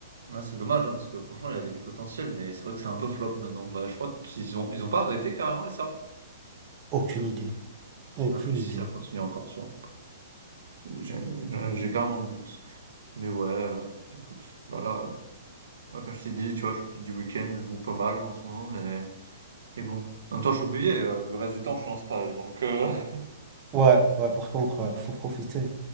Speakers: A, on the right; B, on the right.
A: Ouais, c'est dommage, hein, parce que franchement, il avait du potentiel, mais c'est vrai que c'est un peu flop maintenant. Bah, je crois qu'ils ont, ils ont pas arrêté carrément les serveurs.
B: Aucune
A: J'ai un
B: idée.
A: doute.
B: Aucune
A: Je sais même plus si
B: idée.
A: ça continue encore, tu vois. J'ai j'ai- j'ai carrément le doute. Mais ouais, heu, écoute, voilà, ouais, comme je t'ai dit, tu vois, je profite du week-end, je joue pas mal en ce moment, mais et bon. En même temps, j'ai oublié, heu, le reste du temps, je suis en stage, donc heu, <laughs>
B: Ouais, ouais, par contre,
A: pas mal
B: ouais, faut
A: du
B: profiter.
A: temps.